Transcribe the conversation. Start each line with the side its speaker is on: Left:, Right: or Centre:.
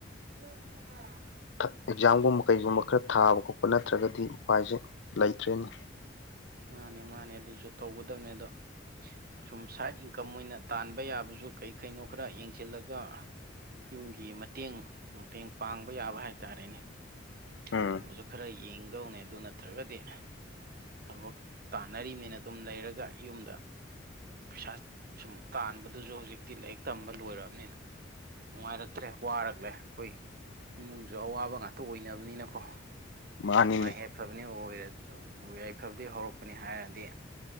Right: ꯎꯝꯝ
Left: ꯑꯦꯛꯖꯥꯝꯒꯨꯝꯕ ꯀꯩꯒꯨꯝꯕ ꯈꯔ ꯊꯥꯕ ꯈꯣꯠꯄ ꯅꯠꯇ꯭ꯔꯒꯗꯤ ꯎꯄꯥꯏꯁꯦ ꯂꯩꯇ꯭ꯔꯦꯅꯦ
Right: ꯃꯥꯅꯦ ꯃꯥꯅꯦ ꯑꯗꯨꯁꯨ ꯇꯧꯒꯗꯕꯅꯦ ꯑꯗꯣ ꯁꯨꯝ ꯁꯥꯏꯠ ꯏꯟꯀꯝ ꯑꯣꯏꯅ ꯇꯥꯟꯕ ꯌꯥꯕꯁꯨ ꯀꯔꯤ ꯀꯩꯅꯣ ꯈꯔ ꯌꯦꯡꯁꯤꯜꯂꯒ ꯌꯨꯝꯒꯤ ꯃꯇꯦꯡ ꯃꯇꯦꯡ ꯄꯥꯡꯕ ꯌꯥꯕ ꯍꯥꯏꯇꯥꯔꯦꯅꯦ ꯑꯗꯨꯒꯨꯝꯕꯁꯨ
Left: ꯎꯝ
Right: ꯈꯔ ꯌꯦꯡꯗꯧꯅꯦ ꯑꯗꯨ ꯅꯠꯇ꯭ꯔꯒꯗꯤ ꯊꯕꯛ ꯇꯥꯟꯅꯔꯤꯕꯅꯤꯅ ꯑꯗꯨꯝ ꯂꯩꯔꯒ ꯌꯨꯝ ꯄꯩꯁꯥ ꯁꯨꯝ ꯇꯥꯟꯕꯗꯨꯁꯨ ꯍꯧꯖꯤꯛꯇꯤ ꯂꯥꯏꯔꯤꯛ ꯇꯝꯕ ꯂꯣꯏꯔꯕꯑꯕꯅꯤꯅ ꯅꯨꯡꯉꯥꯏꯔꯛꯇ꯭ꯔꯦ ꯋꯥꯔꯛꯂꯦ ꯑꯩꯈꯣꯏ ꯏꯃꯨꯡꯁꯨ ꯑꯋꯥꯕ ꯉꯥꯛꯇ ꯑꯣꯏꯅꯕꯅꯤ ꯅꯤꯅ ꯀꯣ
Left: ꯃꯥꯅꯤꯅꯤ
Right: ꯅꯨꯉꯥꯏ ꯌꯥꯏꯐ ꯌꯥꯏꯐꯕꯅꯤ ꯑꯣꯏꯔ ꯌꯥꯏꯐꯕꯗꯩ ꯍꯧꯔꯛꯄꯅꯤ ꯍꯥꯏꯔꯗꯤ